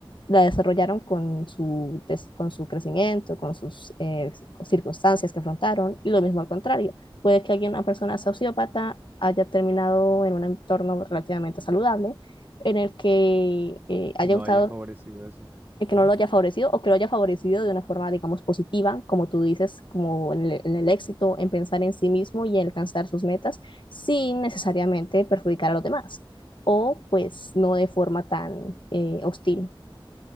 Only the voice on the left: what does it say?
la desarrollaron con su, des- con su crecimiento, con sus eh, circunstancias que afrontaron, y lo mismo al contrario. Puede que alguien, una persona sociópata haya terminado en un entorno relativamente saludable, en el que eh, haya
gustado,
en que
no lo haya favorecido o que lo haya favorecido de una forma, digamos, positiva, como tú dices, como en el, en el éxito, en pensar en sí mismo y en alcanzar sus metas, sin necesariamente perjudicar a los demás, o pues no de forma tan eh, hostil